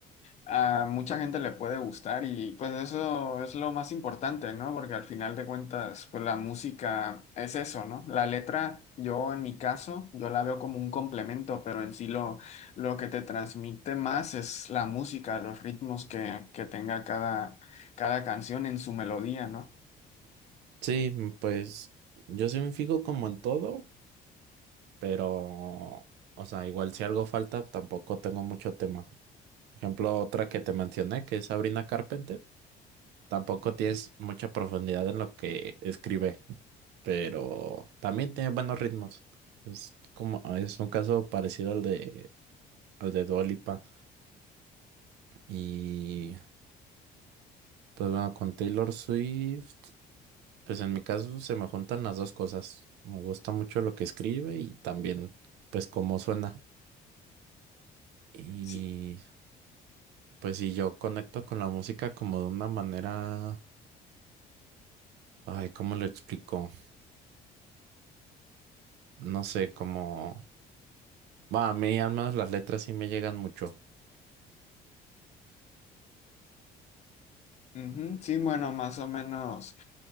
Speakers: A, on the left; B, on the right.
A: a mucha gente le puede gustar y pues eso es lo más importante, ¿no? Porque al final de cuentas, pues la música es eso, ¿no? La letra, yo en mi caso, yo la veo como un complemento, pero en sí lo, lo que te transmite más es la música, los ritmos que, que tenga cada, cada canción en su melodía, ¿no?
B: sí, pues yo sí me fijo como en todo, pero, o sea, igual si algo falta, tampoco tengo mucho tema. Por ejemplo, otra que te mencioné, que es Sabrina Carpenter, tampoco tienes mucha profundidad en lo que escribe. pero también tiene buenos ritmos. Es como, ah, es un caso parecido al de, al de Dua Lipa. Y pues bueno, con Taylor Swift, pues en mi caso se me juntan las dos cosas. Me gusta mucho lo que escribe y también pues cómo suena. Y
A: Sí.
B: pues si yo conecto con la música como de una manera, ay, ¿cómo lo explico? No sé, como, va, a mí al menos las letras sí me llegan mucho.
A: Ujú, Sí, bueno, más o menos.